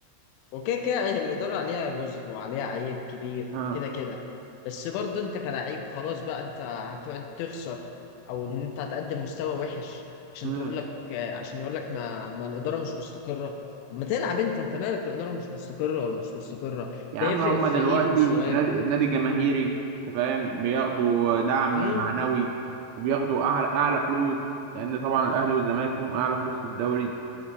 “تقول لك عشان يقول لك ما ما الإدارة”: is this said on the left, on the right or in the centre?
Left